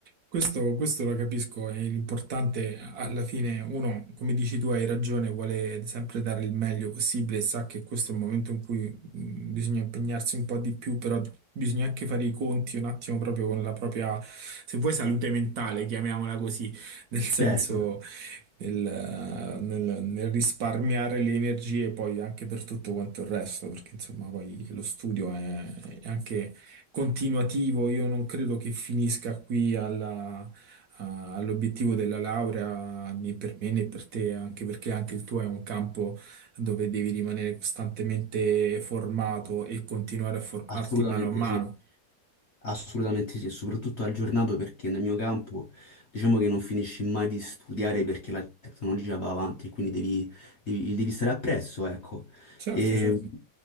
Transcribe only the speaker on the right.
Questo, questo lo capisco, e l'importante alla fine, uno, come dici tu, hai ragione, vuole sempre dare il meglio possibile, sa che questo è il momento in cui mh, bisogna impegnarsi un po' di più, però bisogna anche fare i conti un attimo proprio con la propria, se vuoi, salute mentale, chiamiamola così, nel senso
nel, nel- nel risparmiare le energie poi anche per tutto quanto il resto, perché insomma poi lo studio è, è anche continuativo, io non credo che finisca qui alla- a- all'obiettivo della laurea né per me né per te, anche perché anche il tuo è un campo dove devi rimanere costantemente formato e continuare a formarti
mano a mano.
Certo,
certo.